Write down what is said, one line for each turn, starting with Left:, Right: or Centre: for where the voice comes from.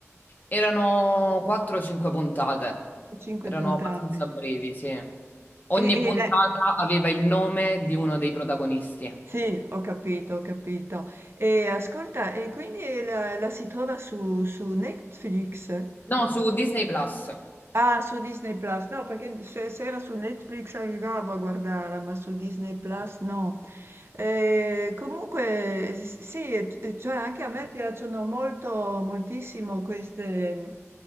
Left: erano 4-5 puntate,
Right: Cinque
Left: erano
Right: puntate.
Left: abbastanza brevi, sì. Ogni
Right: E
Left: puntata
Right: e le
Left: aveva il nome di uno dei protagonisti.
Right: sì, ho capito, ho capito. E ascolta, e quindi la, la si trova su, su Netflix?
Left: No, su Disney Plus.
Right: Ah, su Disney Plus, no, perché se, se era su Netflix arrivavo a guardarla, ma su Disney Plus no. Eh, comunque, s- sì, eh, cioè anche a me piacciono molto, moltissimo queste,